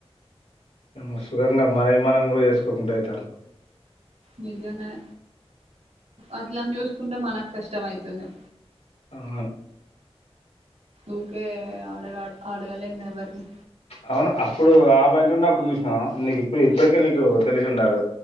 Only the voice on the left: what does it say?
ఏమో సుఖంగా మనవి మనం కూడా చేసుకోకుండా ఐతంది
ఆవను
అవును అప్పుడు ఆ బండి ఉన్నప్పుడు చూసినా నీకు ఇప్పుడు ఇప్పటికే నీకు తెలిసి ఉండాలే